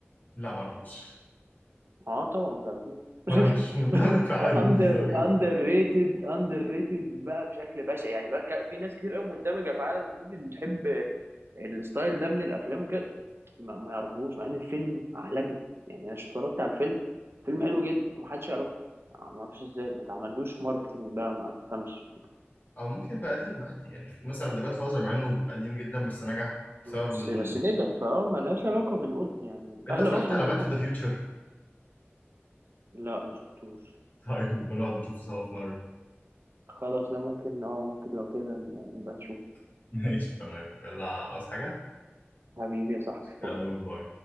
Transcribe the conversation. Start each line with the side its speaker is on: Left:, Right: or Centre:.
Left: لا ما اعرفوش <laughs>
Right: اه طبعا ما تعرفوش <laughs>
Left: وانا مش مندمج في عالم
Right: اندر
Left: الموفيز أوي كده
Right: اندر ريتد اندر ريتد بقى بشكل بشع يعني بقى ك- في ناس كتير قوي مندمجه في عالم الموفيز بتحب الستايل ده من الافلام وكده ما, ما يعرفوهوش مع ان الفيلم عالمي يعني انا اتفرجت على الفيلم فيلم حلو جدا ومحدش يعرفه آه، ما اعرفش ازاي ما اتعملوش ماركتينج بقى ما تفهمش
Left: او ممكن يبقى قديم عادي يعني في مثلا ذا جاد فازر مع انه قديم جدا بس نجح بسبب
Right: بس
Left: ان
Right: بس نجح فاه ملهاش علاقه بالقدم يعني
Left: انت
Right: اغلب
Left: اتفرجت
Right: الافلام
Left: على
Right: اللي
Left: باك
Right: احنا
Left: تو ذا
Right: بن...
Left: فيوتشر
Right: لا ما شفتوش
Left: طيب <laughs> نبقى نقعد نشوفه سوا في مره
Right: خلاص ده ممكن اه ممكن لو كده ن- نبقى نشوف
Left: <laughs> ماشي تمام يلا عاوز حاجه
Right: حبيبي يا صاحبي
Left: يلا
Right: فاضي
Left: جود باي